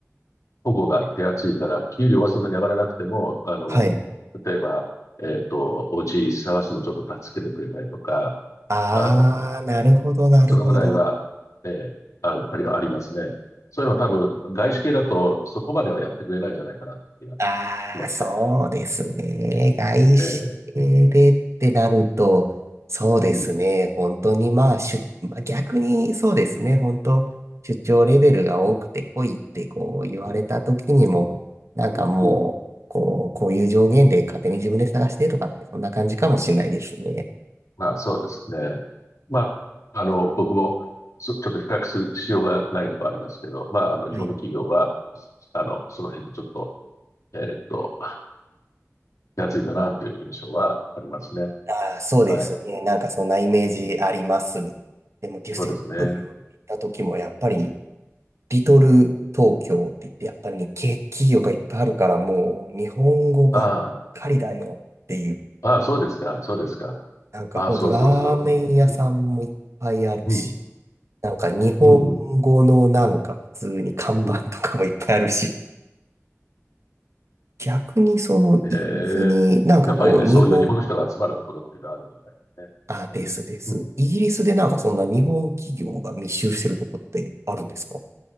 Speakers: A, on the left (about 75°); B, on the right (about 60°).
A: 保護が手厚いから、給料はそんなに上がらなくても、あの、
B: はい。
A: 例えば、えっと、お家探すのちょっと助けてくれたりとか、
B: ああ、
A: あの、
B: なるほど、なるほど。
A: そのぐらいは、ええ、あ、やっぱりありますね。そういうのは多分、外資系だとそこまではやってくれないんじゃないかなって気が
B: ああ、
A: しますね。
B: そうですね。外資系でってなると、
A: ええ、
B: そうですね。
A: うん、
B: 本当にまあ、出まあ、逆にそうですね。本当、出張レベルが多くて来いってこう言われた時にも、
A: うん、
B: なんかもう、
A: うん、うん。
B: こう、こういう上限で勝手に自分で探してとかってそんな感じかもしれないですね。
A: まあ、そうですね。まあ、あの、僕も、そちょっと比較するしようがないところありますけど、まあ、あの、日本の企業は、
B: はい。
A: すあの、その辺がちょっと、えーっと、手厚いかなという印象はありますね。
B: ああ、そうですね。
A: はい。
B: なんかそんなイメージあります。
A: うん。
B: でもデュッセ際、
A: そうですね。
B: ゴルフ行った時もやっぱりリトル東京って言って、やっぱりね、け企業がいっぱいあるから、もう日本語ばっかりだよっていう。
A: ああ、ああ、そうですか。そうですか。
B: なんかほんとラーメン屋さんもいっぱいあるし、
A: ああ、そうそうそう。うん、うん、
B: なんか日本語のなんか普通に看板とかもいっぱいあるし、
A: うん、うん。うん
B: 逆にそのイギリスになんかこう日本、
A: ええやっぱりね、そういう日本の人が集まるところっていうのはあるみたいですね。
B: あ、ですです。
A: うん、うん
B: イギリスでなんかそんな日本企業が密集してるとこってあるんですか